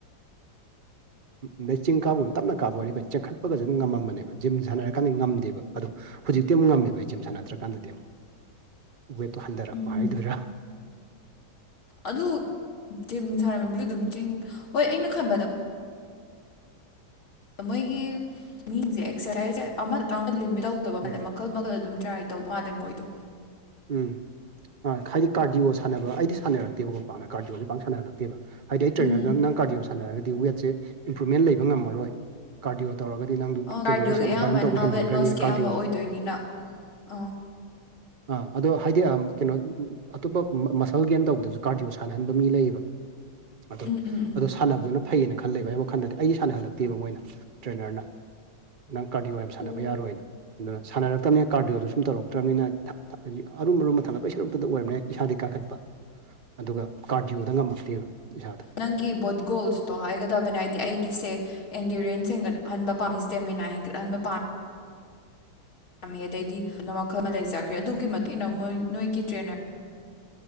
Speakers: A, on the right; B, on the left.
A: ꯑꯗꯩ ꯆꯤꯡ ꯀꯥꯞꯕ ꯇꯞꯅ ꯀꯥꯕ ꯋꯥꯔꯤ ꯑꯩ ꯆꯦꯟꯈꯠꯄꯒꯁꯨ ꯑꯗꯨꯝ ꯉꯝꯃꯝꯕꯅꯦꯕ ꯖꯤꯝ ꯁꯥꯟꯅꯔꯀꯥꯟꯗꯤ ꯉꯝꯗꯦꯕ ꯑꯗꯣ ꯍꯧꯖꯤꯛꯇꯤꯨꯛ ꯉꯝꯃꯦꯕ ꯖꯤꯝ ꯁꯥꯟꯅꯗ꯭ꯔꯀꯥꯟꯗꯗꯤꯨꯛ
B: <unintelligible>
A: ꯋꯦꯠꯇꯣ ꯍꯟꯊꯔꯛꯄ
B: ꯎꯝ
A: ꯍꯥꯏꯗꯣꯏꯔꯥ
B: ꯑꯗꯨ ꯖꯤꯝ ꯁꯥꯝꯕ ꯃꯤꯗꯨ ꯑꯗꯨꯝ ꯆꯤꯡ ꯍꯣꯏ ꯑꯩꯅ ꯈꯟꯕꯗ ꯃꯣꯏꯒꯤ ꯃꯤꯡꯁꯦ ꯑꯦꯛꯁꯔꯁꯥꯏꯁꯁꯦ ꯑꯃꯇꯥꯡꯗ ꯂꯤꯃꯤꯠ ꯇꯧꯗꯕ ꯃꯥꯜꯂꯦ
A: ꯎꯝ
B: ꯃꯈꯜ ꯃꯈꯜ ꯑꯗꯨꯝ ꯇ꯭ꯔꯥꯏ ꯇꯧꯕ ꯍꯥꯜꯂꯦ ꯃꯣꯏꯗꯣ
A: ꯎꯝ ꯑ ꯍꯥꯏꯗꯤ ꯀꯥꯔꯗꯤꯌꯣ ꯁꯥꯟꯅꯕ ꯑꯩꯗꯤ ꯁꯥꯟꯅꯔꯛꯇꯦꯕꯀꯣ ꯄꯥꯛꯅ ꯀꯥꯔꯗꯤꯌꯣꯗꯤ ꯄꯥꯛ ꯁꯥꯟꯅꯍꯔꯂꯛꯇꯦꯕ ꯍꯥꯏꯗꯤ ꯑꯩ ꯇ꯭ꯔꯦꯅꯔꯗꯨꯗ
B: ꯎꯝ
A: ꯅꯪ ꯀꯥꯔꯗꯤꯑꯣ ꯁꯥꯟꯅꯔꯗꯤ ꯋꯦꯠꯁꯦ ꯏꯝꯄ꯭ꯔꯨꯃꯦꯟꯕ ꯉꯃꯔꯣꯏ ꯀꯥꯔꯗꯤꯌꯣ ꯇꯧꯔꯒꯗꯤ ꯅꯪꯗꯨ
B: ꯑ ꯀꯥꯔꯗꯤꯑꯣꯒꯤ
A: ꯀꯦꯂꯣꯔꯤꯁꯦ ꯌꯥꯝ
B: ꯑꯌꯥꯝꯕꯅ
A: ꯕꯔꯟ ꯇꯧꯕ ꯍꯦꯟꯃꯟꯈ꯭ꯔꯅꯤꯅ
B: ꯋꯦꯠ ꯂꯣꯁꯀꯤ
A: ꯀꯥꯔꯗꯤꯑꯣꯣꯗ
B: ꯑꯌꯥꯝꯕ ꯑꯣꯏꯗꯣꯏꯅꯤꯅ ꯑꯥ
A: ꯑꯥ ꯑꯗꯣ ꯍꯥꯏꯗꯤ ꯀꯩꯅꯣ ꯑꯇꯣꯞꯄ ꯃꯁꯜ ꯒꯦꯟ ꯇꯧꯕꯗꯁꯨ ꯀꯥꯔꯗꯤꯌꯣ ꯁꯥꯟꯅꯍꯟꯕ ꯃꯤ ꯂꯩꯌꯦꯕ꯭ꯔꯥ ꯑꯗꯨꯝ
B: ꯎꯝ ꯎꯝ ꯎꯝ
A: ꯑꯣ ꯁꯥꯟꯅꯕꯗꯨꯅ ꯐꯩꯌꯦꯅ ꯈꯜꯂꯦꯕ ꯑꯩ ꯋꯥꯈꯜꯗꯗꯤ ꯑꯩ ꯁꯥꯟꯅꯍꯜꯂꯛꯇꯦꯕ ꯃꯣꯏꯅ ꯇ꯭ꯔꯦꯅꯔꯅ ꯅꯪ ꯀꯥꯔꯗꯤꯑꯣ ꯌꯥꯝ ꯁꯥꯟꯅꯕ
B: ꯑꯣ
A: ꯌꯥꯔꯣꯏꯅ ꯑꯗꯨꯅ ꯁꯥꯟꯅꯔꯛꯇꯕꯅꯤꯅ ꯀꯥꯔꯗꯤꯑꯣꯣꯗ ꯁꯨꯝ ꯇꯧꯔꯛꯇ꯭ꯔꯕꯅꯤꯅ ꯑꯔꯨꯝ ꯑꯔꯨꯝꯕ ꯊꯪꯂ ꯄꯩꯁꯥꯔꯨꯛꯇꯗ ꯑꯣꯏꯔꯅꯤꯅꯦ ꯏꯁꯥꯥꯁꯗꯤ ꯀ ꯀꯥꯡꯈꯠꯄ ꯑꯗꯨꯒ ꯀꯥꯔꯖꯤꯌꯣꯗ ꯉꯝꯃꯛꯇꯦꯕ ꯏꯁꯥꯗ
B: ꯅꯪꯒꯤ ꯕꯣꯠꯒꯣꯜꯁꯇꯣ ꯍꯥꯏꯒꯗꯕꯅꯦ ꯍꯥꯏꯗꯤ ꯑꯩꯒꯤꯁꯦ ꯑꯦꯟꯗꯤꯔꯦꯟꯁ ꯍꯦꯟꯒꯠꯍꯟꯕ ꯄꯥꯝꯃꯤ ꯏꯁꯇꯦꯃꯤꯅꯥ ꯍꯦꯟꯒꯠꯍꯟꯕ ꯄꯥꯝꯃꯤ ꯄꯥꯝꯃꯤ ꯑꯗꯩꯗꯤ ꯑꯗꯨꯅ ꯃꯈꯜ ꯑꯃ ꯂꯩ ꯆꯥꯈ꯭ꯔꯦ ꯑꯗꯨꯒꯤ ꯃꯇꯨꯡ ꯏꯟꯅꯣꯏ ꯅꯣꯏꯒꯤ ꯇ꯭ꯔꯦꯅꯔ